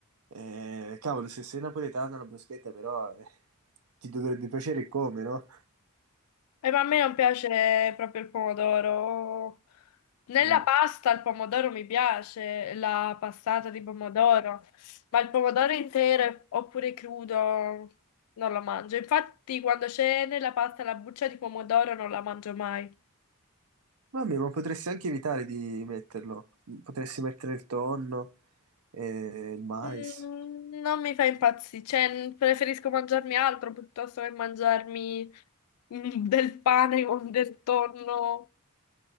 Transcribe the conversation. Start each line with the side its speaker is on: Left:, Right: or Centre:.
Right: Eh, cavolo, se sei napoletano la bruschetta, però, eh, ti dovrebbe piacere come, no?
Left: E ma a me non piace proprio il pomodoro. Nella
Right: Mm.
Left: pasta il pomodoro mi piace, la passata di pomodoro, ma il pomodoro intero oppure crudo non lo mangio. Infatti, quando c'è nella pasta la buccia di pomodoro non la mangio mai.
Right: Vabbè, ma potresti anche evitare di metterlo. Potresti mettere il tonno e il mais.
Left: Mm, non mi fa impazzire, cioè n- preferisco mangiarmi altro piuttosto che mangiarmi <laughs> mm, del pane con del tonno.